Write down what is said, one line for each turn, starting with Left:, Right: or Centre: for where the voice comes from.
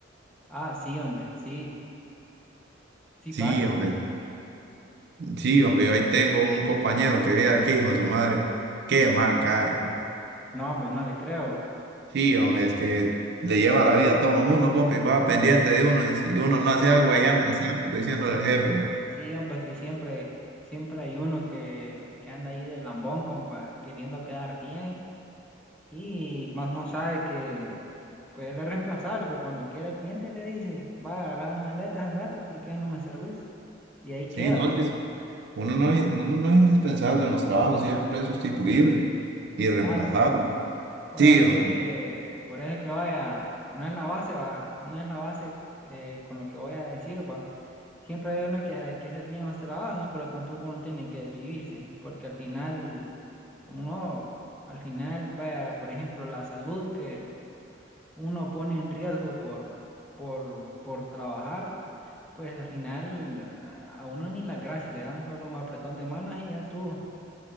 Centre: Ah, sí, hombre, sí, sí
Right: Sí,
Centre: pasa.
Right: hombre. Sí, hombre, yo ahí tengo un compañero que viera que hijo de su madre, qué mal cae, compa.
Centre: No, hombre, no le creo.
Right: Sí, hombre, es que le lleva la vida a todo el mundo, compa, y va pendiente de uno, y si uno no hace
Centre: Ah,
Right: algo, ahí anda de sapo diciéndole
Centre: es
Right: al jefe.
Centre: que sí, hombre, es que siempre, siempre hay uno que, que anda ahí de lambón, compa, queriendo quedar bien y más no sabe que pues él es reemplazable, pues cuando quiera el cliente le dice, va a agarrar las maletas, andate porque ya no me servís. Y ahí queda,
Right: Sí, no,
Centre: compa.
Right: sí, sí. Uno no, es- uno no es indispensable en los trabajos, siempre es sustituible y reemplazable.
Centre: Claro, compa. Por
Right: Sí,
Centre: eso
Right: hombre,
Centre: que, por eso que vaya, no es la base, va, no es la base eh, con lo que voy a decir, va. Siempre hay uno que hay que hacer bien los trabajos, pero tampoco uno tiene que desvivirse, porque al final, uno, al final, vaya, por ejemplo, la salud que uno pone en riesgo por, por, por trabajar, pues al final a uno ni las gracias le dan solo un apretón de manos y ya estuvo.